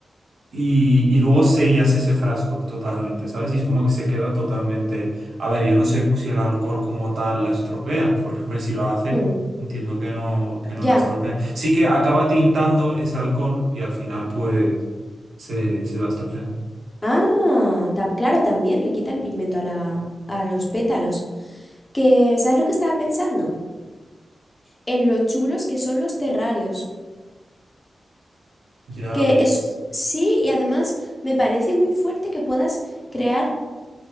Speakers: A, on the right (about 85°); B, on the left (about 20°).
A: Y, y luego sellas ese frasco totalmente, ¿sabes? Y es como que se queda totalmente... A ver, yo no sé si el alcohol como tal la estropea, porque, hombre, si lo hace,
B: Hmm,
A: entiendo que no, que no
B: ya.
A: la estropea. Sí que acaba tintando ese alcohol y al final, pues, se, se va estropeando.
B: Ah, tam- claro, también le quita el pigmento a la, a los pétalos. Que, ¿sabes lo que estaba pensando? En lo chulos que son los terrarios.
A: Ya
B: Que
A: ves.
B: es, sí, y además me parece muy fuerte que puedas crear